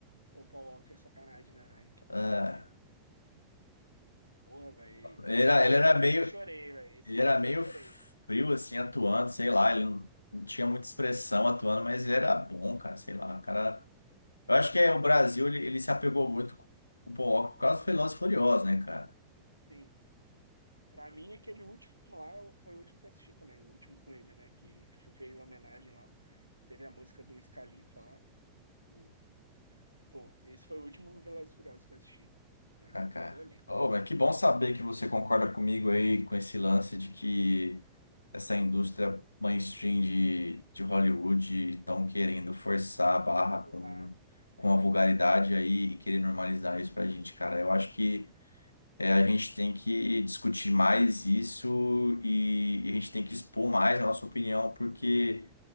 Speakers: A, on the right; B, on the left.
A: Pô, o Paul Walker é sacanagem, né, velho? O que aconteceu
B: Ah,
A: com ele? Porra, velho.
B: ele
A: Esse
B: era,
A: maluco
B: ele era
A: aí
B: meio,
A: eu chorei, velho. Esse
B: ele
A: maluco
B: era meio
A: eu chorei.
B: frio, assim, atuando, sei lá, ele não, não tinha muita expressão atuando, mas ele era bom, cara, sei lá, o cara. Eu acho que é, o Brasil, ele, ele se apegou muito com o Paul Walker por causa do Velozes e Furiosos, né, cara?
A: Sim. Pra mim, aquele último lá foi o último que eu assisti também. O último com ele, né? Que, que fez a homenagem lá. Teve a música do Scalifa lá. O- Pô, esse foi o último Velozes e Furiosos que eu assisti. Pra
B: Kaká.
A: mim, acabou ali, tá?
B: Oh, mas que bom saber que você concorda comigo aí com esse lance de que essa indústria mainstream de, de Hollywood estão querendo forçar a barra
A: Porra.
B: com, com a vulgaridade aí e querer normalizar isso pra gente, cara. Eu acho que é, a gente tem que discutir mais isso e, e a gente tem que expor mais a nossa opinião, porque.